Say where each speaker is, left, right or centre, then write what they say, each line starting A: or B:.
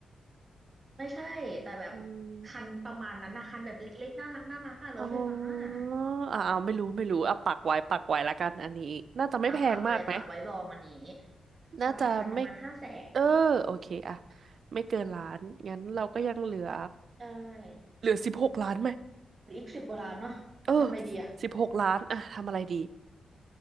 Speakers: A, on the right (about 35°); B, on the right (about 65°).
A: ไม่ใช่แต่แบบ
B: อืม
A: คันประมาณนั้นนะคันแบบเล็กๆน่ารักน่ารักอ่ะรถไฟฟ้าอะ
B: อ๋ออ่าไม่รู้ไม่รู้อ่ะปักไว้ปักไว้ละกันอันนี้น่าจะไม่แพงมากไหม
A: เอาปักไว้ปักไว้รองอันนี้
B: น่าจะไม่
A: ใช่คันประมาณห้าแสน
B: เออโอเคอะไม่เกินล้านงั้นเราก็ยังเหลือ
A: ใช่
B: เหลือสิบหกล้านไหม
A: หรืออีกสิบกว่าล้านเนาะไปทำอะไรดีอะ
B: เออสิบหกล้านอะทำอะไรดี